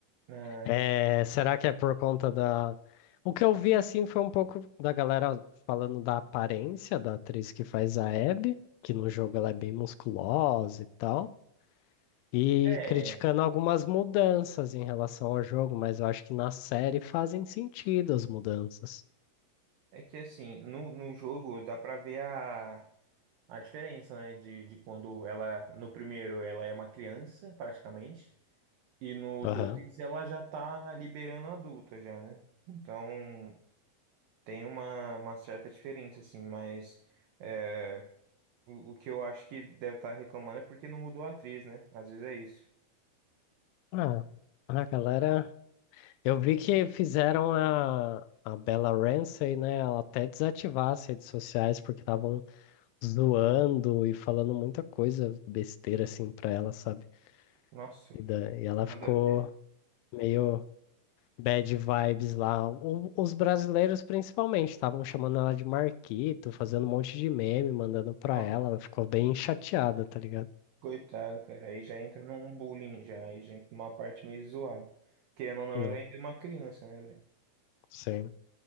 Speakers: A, on the right; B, on the left.
A: Ah,
B: É,
A: então-
B: será que é por conta da. O que eu vi assim foi um pouco da galera falando da aparência da atriz que faz a Abby, que no jogo ela é bem musculosa e tal. E
A: é,
B: criticando algumas mudanças em relação ao jogo, mas eu acho que na série fazem sentido as mudanças.
A: é que assim, no, no jogo dá pra ver a, a diferença, né? De, de quando ela, no primeiro, ela é uma criança, praticamente, e no
B: Aham.
A: dois ela já tá liberando adulta já, né? Então. tem uma, uma certa diferença, assim, mas é, o, o que eu acho que deve estar reclamando é porque não mudou a atriz, né? Às vezes é isso.
B: Ah, a galera. Eu vi que fizeram a, a Bella Ramsey, né? Ela até desativar as redes sociais porque estavam zoando e falando muita coisa besteira assim pra ela, sabe?
A: Nossa,
B: E, da, e ela
A: que nada
B: ficou
A: a ver.
B: meio bad vibes lá. O- os brasileiros, principalmente, estavam chamando ela de Marquito, fazendo um monte de meme, mandando pra
A: <laughs> Nossa,
B: ela. Ela ficou bem chateada, tá ligado?
A: Coitado, cara, aí já entra num bullying, já, aí já entra numa parte meio zoada. Querendo ou não,
B: Né?
A: ela ainda é uma criança, né, velho?
B: sim,